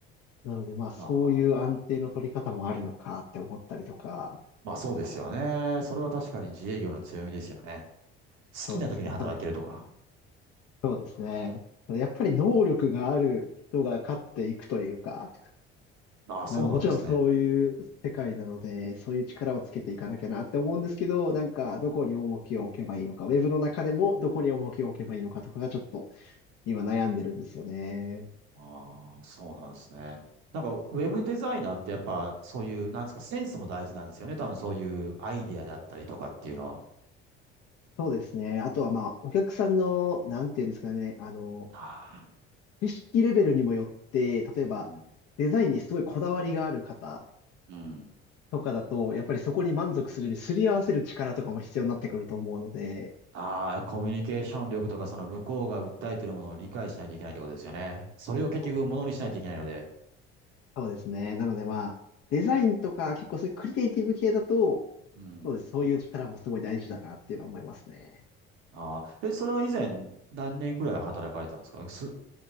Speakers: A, on the left (about 55°); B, on the right (about 65°).
A: なのでまあそういう安定の取り方もあるのかって思ったりとか、
B: ああ。まあそうですよね。それは確かに自営業の強みですよね。好きな時に働けるとか。
A: そうですね。ただ、そうですね。ただやっぱり能力がある人が勝っていくというか、
B: ああ、そうなんですね。
A: なの、もちろんそういう世界なので、そういう力をつけていかなきゃなって思うんですけど、なんかどこに重きを置けばいいのか、ウェブの中でもどこに重きを置けばいいのかとかがちょっと今悩んでるんですよね。
B: ああ、そうなんですね。なんか、ウェブデザイナーってやっぱ、そういう、なんですか、センスも大事なんですよね。多分そういうアイデアだったりとかっていうのは。
A: そうですね。あとはまあ、お客さんの、なんていうんですかね、あの、
B: あ
A: 知識レベルにもよって、例えばデザインにすごいこだわりがある方
B: あ、うん。うん。
A: とかだと、やっぱりそこに満足するようにすり合わせる力とかも必要になってくると思うので、
B: ああ、コミュニケーション力とか、その向こうが訴えてるものを理解しないといけないってことですよね。それを結局、
A: そう
B: ものにしないといけないので。
A: そうですね。なのでまあ、デザインとか結構そういうクリエイティブ系だと、
B: うん。
A: そうです。そういう力もすごい大事だなっていうのは思いますね。
B: ああ、え、それは以前、何年ぐらい働かれてたんですかす、